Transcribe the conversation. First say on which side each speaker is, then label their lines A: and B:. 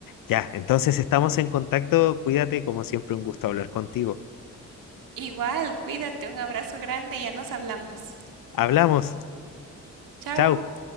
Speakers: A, on the left; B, on the right.
A: Ya, entonces estamos en contacto. Cuídate, como siempre, un gusto hablar contigo.
B: Igual, cuídate, un abrazo grande y ya nos hablamos.
A: Hablamos.
B: Chao.
A: Chao.